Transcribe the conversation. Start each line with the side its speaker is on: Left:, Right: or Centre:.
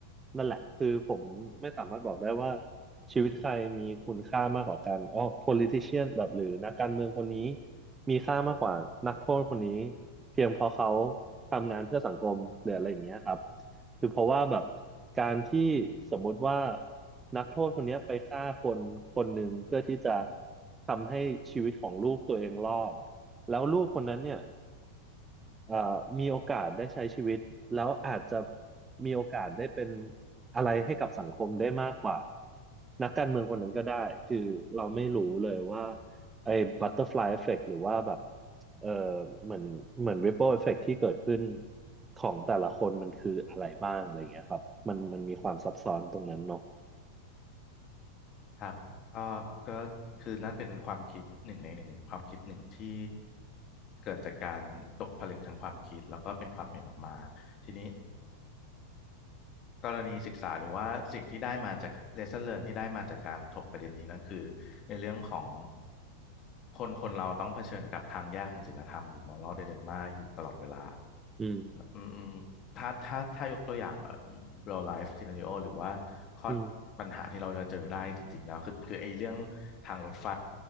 Right: นั่นแหละคือผมไม่สามารถบอกได้ว่าชีวิตใครมีคุณค่ามากกว่ากันอ๋อ politician แบบหรือนักการเมืองคนนี้มีค่ามากกว่านักโทษคนนี้เพียงเพราะเขาทำงานเพื่อสังคมหรืออะไรอย่างเงี้ยครับ คือเพราะว่าแบบการที่สมมุติว่านักโทษคนเนี้ยไปฆ่าคนคนหนึ่งเพื่อที่จะทำให้ชีวิตของลูกตัวเองรอดแล้วลูกคนนั้นเนี่ย เอ่อมีโอกาสได้ใช้ชีวิตแล้วอาจจะมีโอกาสได้เป็นอะไรให้กับสังคมได้มากกว่านักการเมืองคนนั้นก็ได้คือเราไม่รู้เลยว่าไอ้บัตเตอร์ฟลายเอฟเฟกต์หรือว่าแบบเออเหมือนเหมือนริปเปิลเอฟเฟกต์ที่เกิดขึ้นของแต่ละคนมันคืออะไรบ้างอะไรเงี้ยครับมันมันมีความซับซ้อนตรงนั้นเนาะ
Left: ครับก็ก็คือนั่นเป็นความคิดหนึ่งในหนึ่งความคิดหนึ่งที่เกิดจากการตกผลึกทางความคิดแล้วก็เป็นความเห็นออกมาทีนี้กรณีศึกษาหรือว่าสิ่งที่ได้มาจาก lesson learn ที่ได้มาจากการถกประเด็นนี้นั่นคือในเรื่องของคนคนเราต้องเผชิญกับทางแยกของศีลธรรมหรือ moral dilemma อยู่ตลอดเวลา
Right: อืม
Left: อืม ถ้าถ้าถ้ายกตัวอย่างเ e l ไลฟ์ซีนาริโอ real life scenario หรือว่าข้อ
Right: อืม
Left: ปัญหาที่เราจะเจอได้จริงๆแล้วคือคือไอ้เรื่องทางรถไฟ